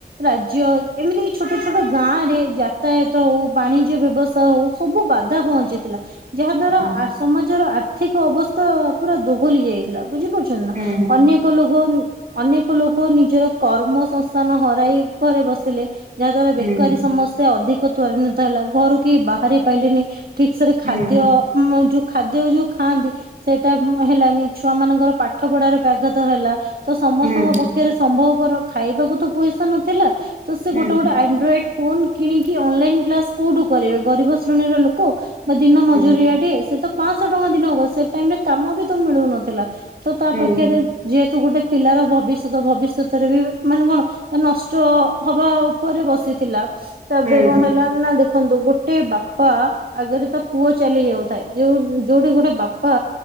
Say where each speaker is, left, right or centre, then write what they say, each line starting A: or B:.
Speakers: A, on the right; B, on the right.
A: ରାଜ୍ୟ ଏମିତି କି ଛୋଟ ଛୋଟ ଗାଁ ରେ ଜା ଯାତାୟତ ହଉ, ବାଣିଜ୍ୟ ବ୍ୟବସ୍ଥା ହଉ, ସବୁ ବାଧା ପହଞ୍ଚିଥିଲା ଯାହା ଦ୍ଵାରା।
B: ହୁଁ
A: ସମାଜର ଆର୍ଥିକ ଅବସ୍ଥା ପୁରା ଦୋହଲି ଯାଇଥିଲା ବୁଝିପାରୁଛନ୍ତି ନା
B: ହୁଁ
A: ଅନେକ ଲୋକ। ଅନେକ ଲୋକ ନିଜର କର୍ମ ସଂସ୍ଥାନ ହରାଇ ଘରେ ବସିଲେ। ଯାହା ଦ୍ଵାରା
B: ହୁଁ
A: ବେକାରୀ
B: ହୁଁ
A: ସମସ୍ୟା ଅଧିକ ତ୍ୱରାନ୍ୱିତ ହେଲା ଘରୁ କେହି ବାହାରି ପାଇଲେନି। ଠିକ୍ ସେ ବି
B: ହୁଁ ହୁଁ ହୁଁ
A: ଖାଦ୍ୟ ମା ଯୋଉ ଖାଦ୍ୟ ଯୋଉ ଖାଆନ୍ତି ସେଇଟା ହେଲାନି ଛୁଆ ମାନଙ୍କର। ପାଠ ପଢାରେ ବ୍ୟାଘାତ ହେଲା ତ ସମସ୍ତଙ୍କ
B: ହୁଁ
A: ପାଖରେ ସମ୍ଭବପର ଖାଇବାକୁ ତ ପଇସା ନଥିଲା ତ ସେ
B: ହୁଁ
A: ଗୋଟେ ଗୋଟେ ଆଣ୍ଡ୍ରଏଡ ଫୋନ୍ କିଣିକି ଅନଲାଇନ କ୍ଲାସ କୋଉଠୁ କରିବେ ଗରିବ ଶ୍ରେଣୀର ଲୋକ। ବା ଦିନ ମଜୁରିଆ
B: ହୁଁ
A: ଟେ ସେ ତ ପାଁଆଶ ଟଙ୍କା ଦିନକ ସେ ଟାଇମ ରେ କାମ ବି ତ ମିଳୁନଥିଲା। ତ ତା
B: ହୁଁ ହୁଁ
A: ପାଖରେ ଯେହେତୁ ଗୋଟେ ପିଲାର ଭବିଷ୍ୟତ ଭବିଷ୍ୟତରେ ବି ମାନେ କଣ। ନଷ୍ଟ ହବା ଉପରେ ବସିଥିଲା। ତାପରେ
B: ହୁଁ
A: କଣ ହେଲା ନା ଦେଖନ୍ତୁ ଗୋଟେ। ଗୋଟେ ବାପା ଆଗରେ ତା ପୁଅ ଚାଲି ଯାଉଥାଏ ଯୋଉ ଯୋଉଠି ଗୋଟେ ବାପା।